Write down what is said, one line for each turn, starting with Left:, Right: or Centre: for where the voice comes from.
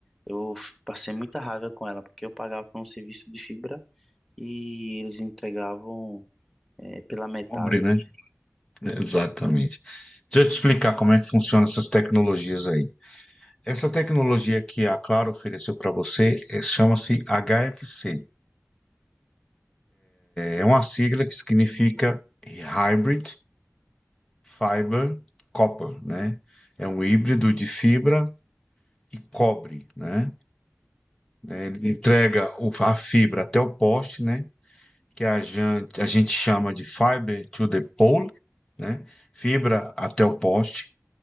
Centre: eu f- passei muita raiva com ela, porque eu pagava por um serviço de fibra e eles entregavam eh, pela metade,
Left: pobre, né?
Centre: né?
Left: Exatamente. Deixa eu te explicar como é que funcionam essas tecnologias aí. Essa tecnologia que a Claro ofereceu para você eh, chama-se HFC. É uma sigla que significa Hybrid Fiber Copper, né? É um híbrido de fibra e cobre, né? É, Ele entrega o- a fibra até o poste, né? Que a gente, a gente chama de fiber to the pole, né? Fibra até o poste.